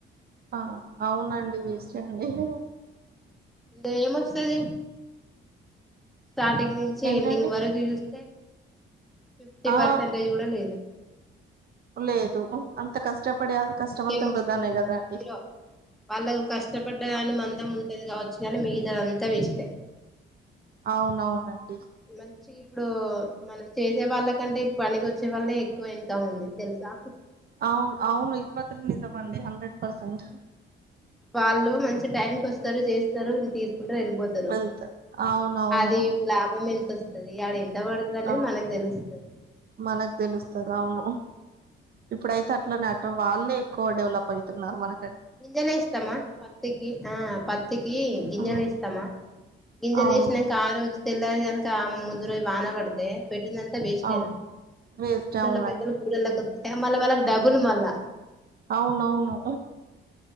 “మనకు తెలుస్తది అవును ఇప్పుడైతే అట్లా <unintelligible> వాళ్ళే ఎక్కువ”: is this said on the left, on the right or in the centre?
Right